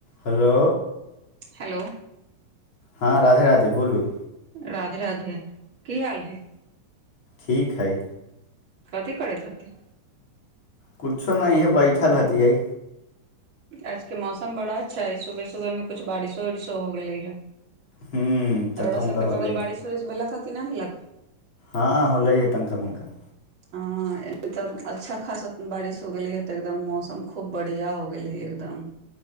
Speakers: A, on the left; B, on the right.
A: Hello
B: hello
A: हँ, राधे राधे! बोलू
B: राधे राधे! की हाल हय?
A: ठीक हइ।
B: कथी करैत हथि?
A: कुछो नहि, इहे बैठल हथियै।
B: आजके मौसम बड़ा अच्छा हइ। सुबह-सुबहमे कुछ बारिशो-उरिशो हो गेलैय।
A: ह्म तनिका
B: अरौड़ा
A: मनिका
B: सभके
A: होलै
B: बगल बारिश उरिश भेलक हेँ कि नहि भेलक
A: हँ होलै है तंका मुङका
B: ह एने त अच्छा खासा बारिश हो गेलै ह तऽ एकदम मौसम खूब बढ़िया हो गेलही एकदम